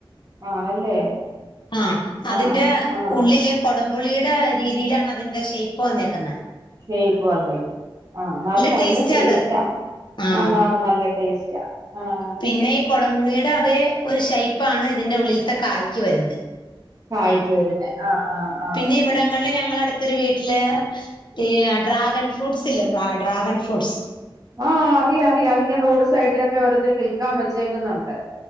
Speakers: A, on the right; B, on the left.
A: ആണല്ലേ
B: ആഹ് അതിന്റെ
A: ആഹ് ആഹ്
B: ഉള്ളില് കൊടംപുളിടെ രീതിയിലാണ് അതിന്റെ ഷെയ്പ്പ് വന്നേക്കുന്നെ
A: ഷൈപ്പ് വന്നേക്കുന്നേ ആഹ് ഇന്നാലും നല്ല
B: ടേസ്റ്റ്
A: ടേസ്റ്റാ
B: അത് ആ
A: ആഹ് ഇന്നാലും നല്ല ടേസ്റ്റാ ആഹ്
B: പിന്നെ ഈ കൊടംപുളിടെ അതേ ഒരു ഷൈപ്പാണ് ഇതിന്റെ ഉള്ളിൽത്തെ കായ് ക്ക്‌വരുന്നേ
A: കായിക്ക്‌ വരുന്നേ ആഹ് ആഹ് ആഹ്
B: പിന്നെ ഇവ ടങ്ങളില് ഞങ്ങളടുത്തൊരു വീട്ടില് ഈ ഡ്രാഗൺ ഫ്രൂട്ട്സില്ലേ ഡ്രാഗൺ ഫ്രൂട്ട്സ്
A: ആഹ് അറിയ അറിയ അതിങ്ങെ റോഡ് സൈഡിലൊക്കെ ഓരോരുത്തർ വിൽക്കാൻ വെച്ചേക്കുന്നുണ്ട്